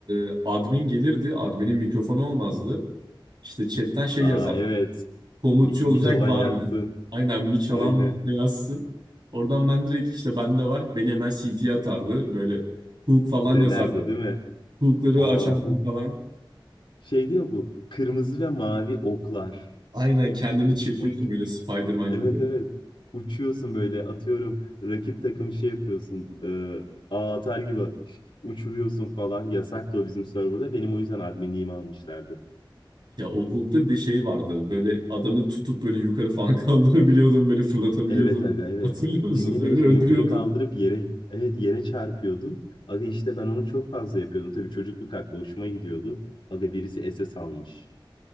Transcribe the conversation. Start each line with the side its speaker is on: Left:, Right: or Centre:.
Right: e, admin gelirdi. Admin'in mikrofonu olmazdı. İşte chatten şey
Left: Aa
Right: yazardı.
Left: evet.
Right: Komutçu
Left: Mi- Mic
Right: olacak
Left: olan
Right: var
Left: yazsın.
Right: mı? Aynen Miç
Left: Aynen.
Right: olan var mı yazsın. Oradan ben direkt işte bende var. Beni hemen CT'ye atardı. Böyle hook falan
Left: Denerdi
Right: yazardı.
Left: değil mi?
Right: Hookları
Left: Aa,
Right: açardım
Left: huh.
Right: falan.
Left: Şey diyor bu. Kırmızı ve mavi oklar.
Right: Aynen kendini
Left: Uç
Right: çekiyorsun
Left: uç.
Right: böyle Spider-Man
Left: Evet
Right: gibi.
Left: evet. Uçuyorsun böyle atıyorum. Rakip takımı şey yapıyorsun. E, ağ atar gibi uçuruyorsun falan. Yasaktı o bizim serverda. Benim o yüzden adminliğimi almışlardı.
Right: Ya o hook'ta bir de şey vardı. Böyle adamı tutup böyle yukarı falan <laughs> kaldırabiliyordun. Böyle fırlatabiliyordun.
Left: Evet aga evet.
Right: Hatırlıyor musun?
Left: Dinlemeyici
Right: Öyle öldürüyordun.
Left: yukarı kaldırıp yere evet yere çarpıyordun. Aga işte ben onu çok fazla yapıyordum. Tabii çocukluk aklı hoşuma gidiyordu. Aga birisi SS almış.